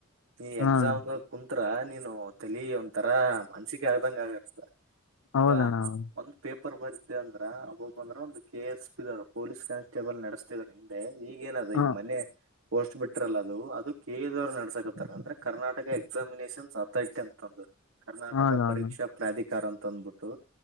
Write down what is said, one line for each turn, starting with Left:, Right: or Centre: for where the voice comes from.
Right: ನೀ ಎಕ್ಸಾಮ್
Left: ಹಾ ಅಣ್ಣ
Right: ಕು ತ್ರ ನೀನು ತಲಿ ಒಂತರ ಮಾನಸಿಕ್ ಆದಂಗ ಆಗತ.
Left: ಹೌದಣ್ಣ
Right: ಈಗ
Left: ಹೌದು
Right: ಒಂದ್ ಪೇಪ ಪರ್ ಬರ್ತಅಂದ್ರ ಅಬ್ಬಬ್ ಬಂದ್ರ ಒಂದು ಕೆ ಎಸ್ ಪಿ ದು ಅದು ಪೊಲೀಸ್ ಕಾನ್ಸ್ಟೇಬಲ್ ನೆಡ್ <unintelligible> ಈಗ್ ಏನ್ ಅದ
Left: ಹಾ
Right: ಈಗ್ ಮನೆ. ಪೋಸ್ಟ್ ಬಿಟ್ಟಿರಲ್ಲ ಅದು ಅದು ಕೆ ಇ ಎ ದೋರ್ ನಡ್ಸಕತ್ತರ ಅಂದ್ರೆ ಕರ್ನಾಟಕ ಎಕ್ಸಾಮಿನೇಷನ್ಸ್ ಅಥಾರಿಟಿ ಅಂತಂದು. ಕರ್ನಾಟಕ
Left: ಹೌದೌದು
Right: ಪರೀಕ್ಷಾ ಪ್ರಾಧಿಕಾರ ಅಂತ್. ತಂದ್ಬಿಟ್ಟು.